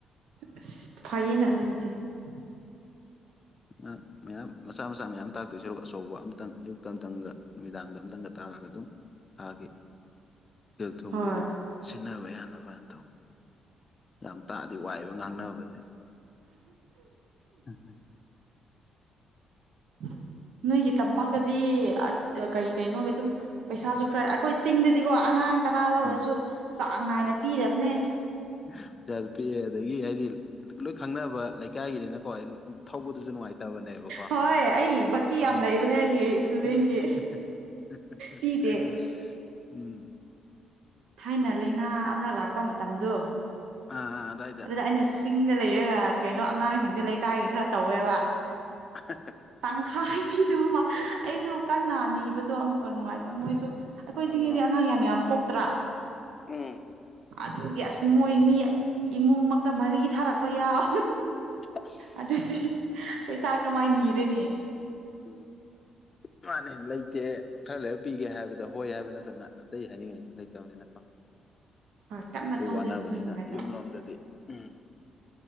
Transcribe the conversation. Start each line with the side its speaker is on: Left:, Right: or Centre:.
Right: ꯑꯁ ꯐꯥꯌꯦꯅ ꯑꯗꯨꯗꯤ <inaudible>
Left: ꯑꯉꯥꯡ ꯃꯌꯥꯝ ꯃꯆꯥ ꯃꯆꯥ ꯃꯌꯥꯝ ꯇꯥꯛꯇꯣꯏ ꯁꯔꯨꯛ ꯑꯆꯧꯕ ꯑꯝꯇꯪ ꯑꯌꯨꯛꯇꯪ ꯇꯪ ꯒ ꯅꯨꯃꯤꯗꯥꯡꯗ ꯑꯝꯇꯪꯒ ꯇꯥꯛꯑꯒ ꯑꯗꯨꯝ ꯊꯥꯈꯤ ꯁꯦꯜ ꯊꯨꯝꯒꯤ
Right: ꯍꯣꯏ
Left: ꯑꯗꯨꯝ ꯁꯤꯟꯅꯕ ꯌꯥꯅꯕꯅ ꯇꯧ ꯌꯥꯝ ꯇꯥꯛꯑꯗꯤ ꯋꯥꯏꯑꯦꯕꯥ ꯉꯥꯡꯅꯕꯗꯤ ꯎꯝ ꯍꯝ
Right: <inaudible> ꯅꯣꯏꯒꯤ ꯇꯝꯄꯥꯛꯇꯗꯤ ꯑ ꯘ ꯀꯩ ꯀꯩꯅꯣꯒꯤ ꯑꯗꯨꯝ ꯄꯩꯁꯥꯁꯨ ꯈꯔ ꯑꯩꯈꯣꯏ ꯆꯤꯡꯗꯗꯤꯀꯣ ꯑꯉꯥꯡ ꯇꯔꯥ ꯂꯧꯔꯁꯨ
Left: ꯎꯝ
Right: ꯆꯥꯡ ꯅꯥꯏꯅ ꯄꯤꯗꯕꯅꯦ ꯇ
Left: ꯍ ꯄꯩꯁꯥꯁꯨ ꯄꯤꯛꯑꯦ ꯑꯗꯒꯤ ꯍꯥꯢꯗꯤ ꯂꯣꯏ ꯈꯪꯅꯕ ꯂꯩꯀꯥꯏꯒꯤꯅꯦꯅꯥ ꯍꯣꯏ ꯎ ꯎꯝ ꯊꯧꯕꯗꯨꯁꯨ ꯅꯨꯡꯉꯥꯏꯇꯕꯅꯦꯕꯀꯣ
Right: ꯍꯣꯏ ꯑꯩ ꯕꯛꯀꯤ ꯌꯥꯝ
Left: ꯎꯝ
Right: ꯂꯩꯕꯅꯦ ꯑꯩꯒꯤ ꯏꯁꯇꯨꯗꯦꯟꯒꯤ
Left: ꯑꯦ ꯍꯦ ꯍꯦ ꯍꯦ ꯍ
Right: ꯄꯤꯗꯦ
Left: ꯍ ꯍ ꯑꯍ ꯎꯝ
Right: ꯊꯥꯏꯅ ꯂꯩꯅꯥ ꯑꯃꯔꯛ ꯂꯥꯛꯄ ꯃꯇꯝꯗꯨ
Left: ꯑꯥ ꯑꯥ ꯑꯗꯥꯏꯗ
Right: ꯑꯗꯨꯗ ꯑꯩꯅ ꯆꯤꯡꯗ ꯂꯩꯔꯒ ꯀꯩꯅꯣ ꯑꯉꯥꯡꯁꯤꯡꯁꯦ
Left: ꯎꯝ
Right: ꯂꯩꯀꯥꯏꯒꯤ ꯈꯔ ꯇꯧꯑꯦꯕ
Left: <unintelligible>
Right: ꯇꯪꯈꯥꯏ ꯍ ꯄꯤꯗꯕ ꯑꯃ ꯑꯩꯁꯨ ꯀꯟꯅ ꯅꯤꯕꯗꯣ ꯑꯃꯨꯛꯀ ꯅꯨꯡꯉꯥꯏꯇꯕ ꯃꯣꯏꯁꯨ ꯑꯩꯈꯣꯏ
Left: ꯃꯥꯅꯦ
Right: ꯆꯤꯡꯒꯤꯗꯤ
Left: ꯃꯥꯅꯦ
Right: ꯑꯉꯥꯡ ꯌꯥꯝ ꯌꯥꯝ ꯄꯣꯛꯇ꯭ꯔꯥ
Left: ꯎꯝ
Right: ꯑꯗꯨꯒꯤ ꯑꯁ ꯃꯣꯏ ꯃꯤ ꯢ ꯏꯃꯨꯡꯃꯛꯇ ꯃꯔꯤ ꯊꯥꯔꯛꯄ ꯌꯥꯎ ꯍ ꯍ ꯍ
Left: ꯑꯁ
Right: ꯑꯗꯨꯗꯤ ꯍ ꯄꯩꯁꯥ ꯀꯃꯥꯏꯅ ꯅꯤꯔꯅꯤ
Left: ꯎꯝ ꯃꯥꯅꯦ ꯂꯩꯇꯦ ꯈꯔ ꯂꯩꯔ ꯄꯤꯒꯦ ꯍꯥꯏꯕꯗꯣ ꯍꯣꯏ ꯍꯥꯏꯕ ꯅꯠꯇꯅ ꯑꯇꯩ ꯍꯥꯏꯅꯤꯡꯉꯥꯏꯁꯨ ꯂꯩꯇꯕꯅꯤꯅꯀꯣ
Right: ꯍꯣꯏ ꯀꯟꯅ
Left: ꯑꯗꯨ
Right: ꯊꯧꯖꯤꯟꯕꯁꯨ
Left: ꯋꯥꯅꯕꯅꯤꯅ
Right: ꯅꯨꯡꯉꯥꯏꯇꯕ
Left: ꯌꯨꯝ ꯂꯣꯝꯗꯗꯤ ꯎꯝ